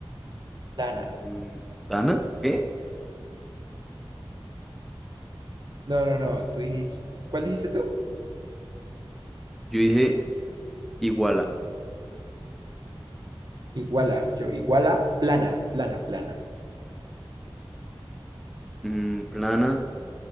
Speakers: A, on the right (about 45°); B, in the centre.
A: plana.
B: Mm, ¿Dana? ¿Qué?
A: No, no, no, tú dijiste, ¿cuál dijiste tú?
B: Yo dije Iguala.
A: Iguala, yo, iguala plana, plana, plana.
B: Mm, plana,